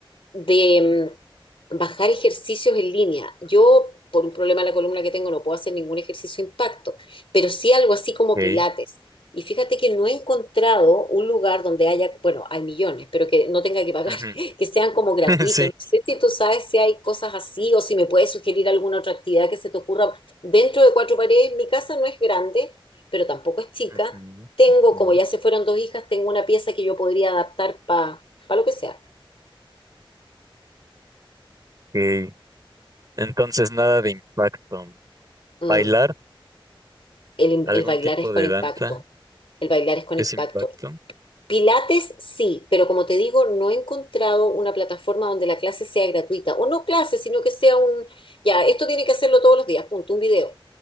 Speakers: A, on the left (about 75°); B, on the right (about 40°).
A: de mm, bajar ejercicios en línea. Yo, por un problema de la columna que tengo, no puedo hacer ningún ejercicio de impacto, pero sí algo así como
B: Ok.
A: pilates. Y fíjate que no he encontrado un lugar donde haya, bueno, hay millones, pero que no tenga que pagar,
B: Ujú.
A: <laughs> que sean como gratuitos.
B: <laughs> Sí.
A: No sé si tú sabes si hay cosas así o si me puedes sugerir alguna otra actividad que se te ocurra dentro de cuatro paredes. Mi casa no es grande, pero tampoco es chica.
B: Ujú,
A: Tengo,
B: ujú.
A: como ya se fueron dos hijas, tengo una pieza que yo podría adaptar para lo que sea.
B: Ok. Entonces, nada de impacto.
A: Mm.
B: Bailar,
A: El,
B: algún
A: el bailar
B: tipo
A: es con
B: de
A: impacto,
B: danza
A: el bailar es con
B: es
A: impacto.
B: impacto.
A: Pilates sí, pero como te digo, no he encontrado una plataforma donde la clase sea gratuita, o no clase, sino que sea un, ya, esto tiene que hacerlo todos los días, punto, un video,